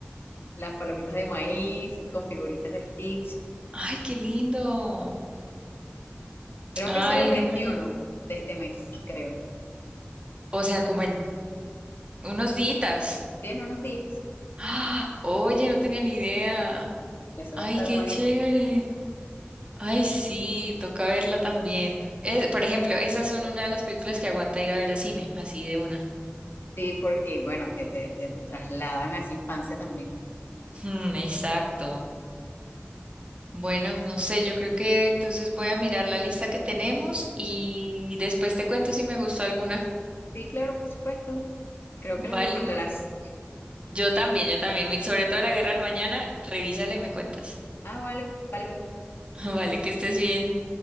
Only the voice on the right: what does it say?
Ay, qué lindo.
Ay,
oye.
O sea, como en unos días.
Ah, oye, no tenía ni idea.
Ay,
qué
chévere. Ay, sí, toca verla también. Es- por ejemplo, esas son una de las películas que aguanta ir a ver a cine, así de una.
Hmm, exacto. Bueno, no sé, yo creo que entonces voy a mirar la lista que tenemos y después te cuento si me gustó alguna.
Vale.
Yo también, yo también. Sobre todo la Guerra del Mañana, revísale y me cuentas.
<laughs> Vale, que estés bien.